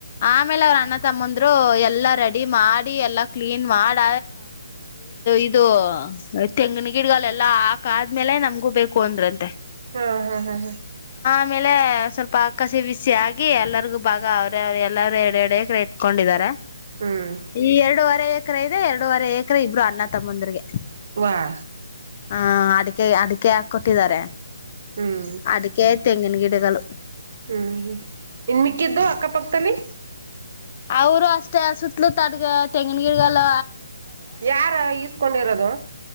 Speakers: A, on the left (about 40°); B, on the right (about 55°).
A: ಆಮೇಲೆ ಅವರ ಅಣ್ಣ ತಮ್ಮಂದರು ಎಲ್ಲಾ ರೆಡಿ ಮಾಡಿ ಎಲ್ಲಾ ಕ್ಲೀನ್ ಮಾಡ ಇದು ತೆಂಗಿನ ಗಿಡ್ ಎಲ್ಲಾ ಹಾಕ ಆದ್ಮೇಲೆ ನಮ್ಗು. ಬೇಕು ಅಂದ್ರಂತೆ.
B: ಹ್ಮ ಹಾ ಹಾ ಹಾ
A: ಆಮೇಲೆ ಸ್ವಲ್ಪ ಅಕ್ಕಸಿ ಬಿಸಿ ಆಗಿ ಎಲ್ಲರಿಗು ಬಾಗ ಅವ ಎಲ್ಲಾರೂ ಎರಡೆ ಎಡ ಎಕ್ಕರೆ ಇತ್ಕೊಂಡಿದ್ದಾರೆ
B: ಹ್ಮ್
A: ಈ ಎರಡುವರೆ ಎಕ್ರ ಇದೆ ಎರೂವರೆ ಎಕರೆ ಇಬ್ಬರು ಅಣ್ಣ ತಮ್ಮಂದರಿಗೆ.
B: ವಾಹ.
A: ಹ ಅಡಿಕೆ ಅಡಿಕೆ ಆ ಕೊಟ್ಟಿದ್ದಾರೆ
B: ಹ್ಮ್
A: ಅದಕ್ಕೆೇ ತೆಂಗಿನ ಗಿಡ ಗಳು
B: ಹ್ಮ್ ಹ್ಮ ಇನ್ ಮಿಕ್ಕಿದ್ದು ಅಕ್ಕಪಕ್ಕದಲ್ಲಿ.
A: ಅವರು ಅಷ್ಟೇ ಸುತ್ತಲ ತಟಕ. ತೆಂಗ ಗಿಡಗಲ್ಲ
B: ಯಾರ ಈಸ್ಕೊಂಡಿರೋದು.